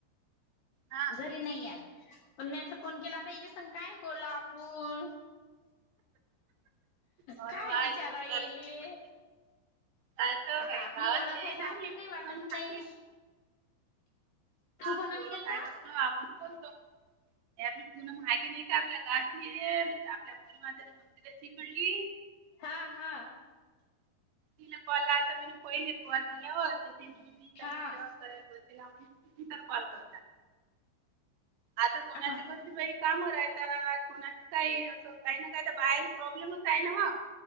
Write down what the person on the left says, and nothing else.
घरी नाही आहे पण म्या तर फोन केला आता याच्या सग काय बोला आपुण.
काय
विचारा
येले.?
आता
आपली
ओळख आहे तर
आपल्याला
काही वाटत
नाही. तुम्ही
कोणाला
केलता?
हा हा.
हा
हा